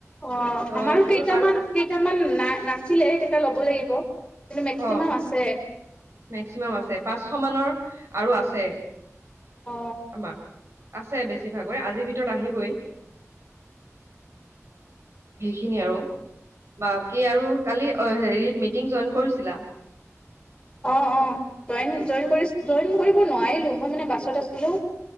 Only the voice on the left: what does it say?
অ,
আমাৰো
কেইটামান
- কেইটামান না নাছিলে সেই কেইটা লব লাগিব। কিন্তু মেক্সিমাম
আছে
অ
অ - অ জইন - জইন- জইন কৰিব নোৱাৰিলো মই মানে বাছত আছিলো।